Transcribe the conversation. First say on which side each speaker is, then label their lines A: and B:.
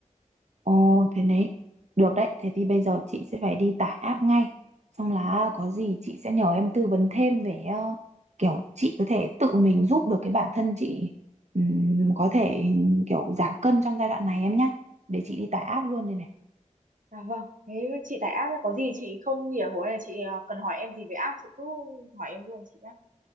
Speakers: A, on the right (about 60°); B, on the right (about 75°).
A: Ồ, thế đấy. Được đấy, thế thì bây giờ chị sẽ phải đi tải app ngay. Xong là có gì chị sẽ nhờ em tư vấn thêm về ờ, kiểu chị có thể tự mình giúp được cái bản thân chị ừm, có thể kiểu giảm cân trong giai đoạn này em nhá. Để chị đi tải app luôn đây này.
B: à vâng thế chị tải app ấy, có gì chị không hiểu hoặc là chị à, cần hỏi em gì về app chị cứ hỏi em luôn chị nhé